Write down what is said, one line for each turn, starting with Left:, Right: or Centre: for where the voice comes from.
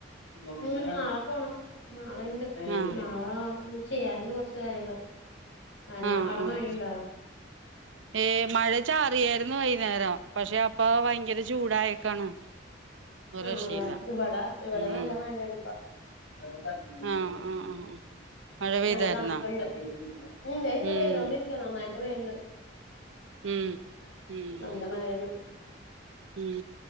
Left: ഉം നാളെ പോണം നാളെ ണ്ട്
Right: ആഹ്
Left: നാളെ ചെയ്യാറുണ്ട്. കുറച്ചു കാര്യങ്ങള് ആനാ
Right: ആഹ്
Left: അട
Right: ആഹ്
Left: മഴണ്ടാ
Right: ഏ മഴ ചാറിയായിരുന്നു. വൈകുന്നേരം പക്ഷെ അപ്പ വയങ്കര ചൂടായേക്കാണ് ഒരു
Left: ആ
Right: രക്ഷയില്ല
Left: ഇവിടാ ഇവിടെന്ന
Right: ഉം
Left: നല്ല മഴേണിപ്പൊ <unintelligible>
Right: ആഹ് ആഹ് ആഹ് മഴ പെയ്തായിരുന്നോ
Left: നല്ല തണുപ്പുണ്ട് ഉം ഇപ്പൊ
Right: ഉം
Left: പെയ്തോണ്ടിരിക്ക നന്നായിട്ട് പെയ്യണ്ട
Right: ഉം ഉം
Left: നല്ല മഴാണ്.
Right: ഉം